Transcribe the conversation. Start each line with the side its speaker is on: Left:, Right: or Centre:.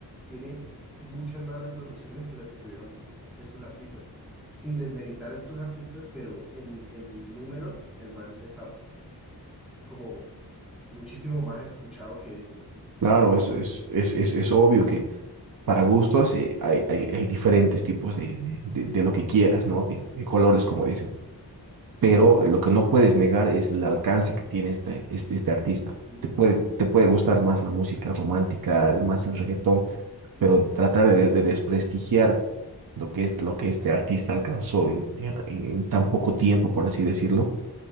Centre: tiene muchas más reproducciones que las que tuvieron estos artistas. Sin desmeritar a estos artistas, pero en, en números, el man está como muchísimo más escuchado que ellos.
Right: Claro,
Centre: Qué loco,
Right: es, es,
Centre: ¿no?
Right: es, es, es obvio que para gustos eh, hay, hay, hay diferentes tipos de, de, de lo que quieras, ¿no? De, de colores, como dicen. Pero lo que no puedes negar es el alcance que tiene este, este, este artista.
Centre: Sí,
Right: Te puede, te puede gustar más la música romántica, el- más el reggaetón, pero tratar de, de desprestigiar lo que, es, lo que este artista alcanzó en, en, en tan poco tiempo, por así decirlo,